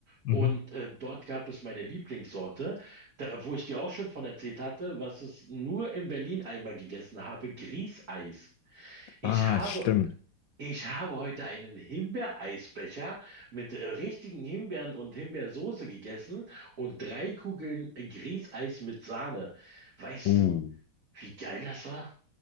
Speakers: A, on the left; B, on the right.
A: Mhm.
B: Und äh, dort gab es meine Lieblingssorte, da, wo ich dir auch schon von erzählt hatte, was es nur in Berlin einmal gegessen habe, Grießeis. Ich
A: Ah,
B: habe
A: stimmt.
B: ich habe heute einen Himbeereisbecher mit äh, richtigen Himbeeren und Himbeersoße gegessen und drei Kugeln äh, Grießeis mit Sahne. Weißt
A: Uh.
B: du, wie geil das war?